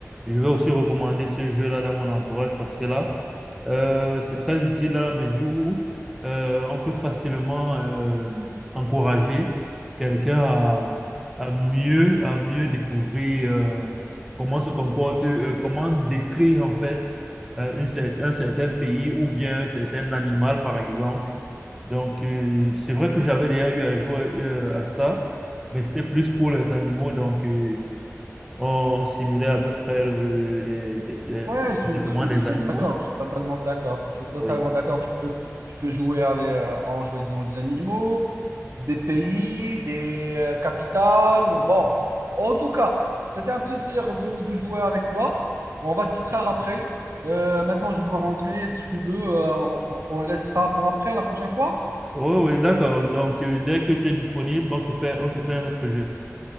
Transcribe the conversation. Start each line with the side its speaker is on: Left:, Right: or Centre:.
Centre: je vais aussi recommander ce jeu-là dans mon entourage parce que là, Euh, c'est très utile dans la mesure où euh, on peut facilement euh, encourager quelqu'un à, à mieux, à mieux découvrir euh, comment se comporte, euh, comment décrire en fait euh, une cer- un certain pays ou bien un certain animal par exemple. Donc euh, c'est vrai que j'avais déjà eu à jouer euh, à ça, mais c'était plus pour les animaux. Donc euh, on, on simulait à peu près le- le- les, les,
Right: Ouais,
Centre: les
Right: je suis,
Centre: comportements
Right: je suis,
Centre: des
Right: je suis
Centre: animaux.
Right: d'accord, je suis totalement d'accord. Je suis totalement
Centre: Oui.
Right: d'accord. Tu peux, tu peux jouer avec, euh, en choisissant des animaux, des pays, des euh, capitales. euh, Bon, en tout cas, c'était un plaisir de, de jouer avec toi. On va se distraire après. Euh, maintenant, je dois rentrer. Si tu veux, euh, on, on laisse ça pour après, la prochaine fois.
Centre: Oui, oui, d'accord. Donc, euh, dès que tu es disponible, on se fait, on se fait un autre jeu.